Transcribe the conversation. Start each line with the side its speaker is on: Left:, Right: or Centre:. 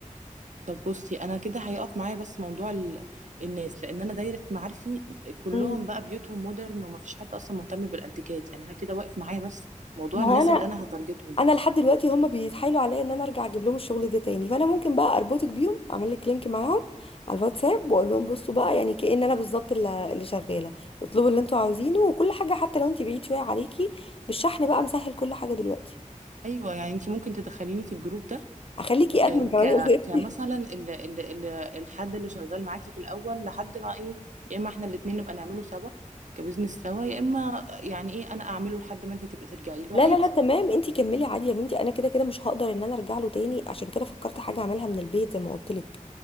Right: طب بصي انا كده هيقف معايا بس موضوع ال... الناس لان انا دايره معارفي كلهم
Left: مم.
Right: بقى بيوتهم مودرن ومفيش حد اصلا مهتم بالانتيكات يعني انا كده واقف معايا بس موضوع
Left: ما
Right: الناس
Left: هو انا
Right: اللي انا هتارجتهم
Left: انا لحد دلوقتي هما بيتحايلوا عليا ان انا ارجع اجيب لهم الشغل ده تاني فانا ممكن بقى اربطك بيهم اعمل لك لينك معاهم على الواتساب واقول لهم بصوا بقى يعني كأن انا بالظبط اللي اللي شغاله اطلبوا اللي انتوا عاوزينه وكل حاجه حتى لو انت بعيد شويه عليكي بالشحن بقى مسهل كل حاجه دلوقتي
Right: ايوه يعني انت ممكن تدخليني في الجروب ده
Left: هخليكي ادمن
Right: آه،
Left: كمان
Right: ك
Left: يا ستي
Right: كمثلا ال... ال... ال... الحد اللي شغال معاكي في الاول لحد ما ايه يا اما احنا الاتنين نبقى نعمله سوا كبزنس سوا يا اما يعني ايه انا اعمله لحد ما انت تبقى ترجعي له
Left: لا
Right: عادي
Left: لا لا تمام انتي كملي عادي يا بنتي انا كده كده مش هقدر ان انا ارجع له تاني عشان كده فكرت حاجه اعملها من البيت زي ما قلت لك